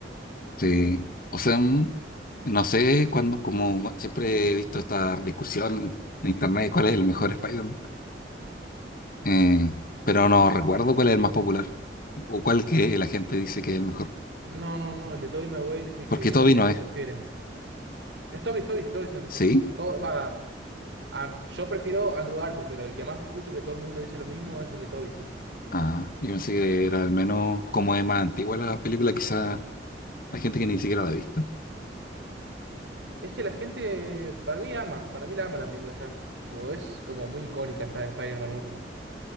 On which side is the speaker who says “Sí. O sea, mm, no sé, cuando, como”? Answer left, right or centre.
Left